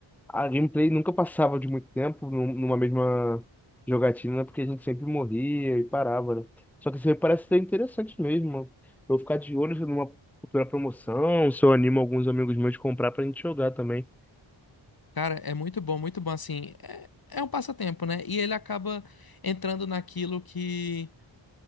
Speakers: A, in the centre; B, on the left.
A: a gameplay nunca passava de muito tempo num- numa mesma jogatina né, porque a gente sempre morria e parava, né? Só que isso aí parece ser interessante mesmo. Eu vou ficar de olho numa futura promoção, se eu animo alguns amigos meus de comprar pra gente jogar também.
B: Cara, é muito bom, muito bom, assim, é, é um passatempo, né? E ele acaba entrando naquilo que